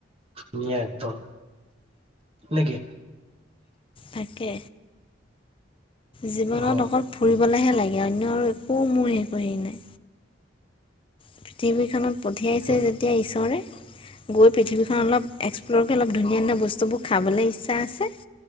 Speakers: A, on the right (about 30°); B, on the left (about 25°).
A: <unintelligible> নেকি?
B: তাকে। জীৱনত
A: অ
B: অকল ফুৰিবলেহে লাগ অন্য আৰু একো মই হেৰি নাই। পৃথিৱীখনত পঠিয়াইছে
A: অ
B: যেতিয়া ঈশ্বৰে বহুত পৃথিৱখন অলপ এক্সপ্লৰকে অলপ ধুনীয়া-ধুনীয়া বস্ তু বোৰ খাবলে ইচ্ছা আছে।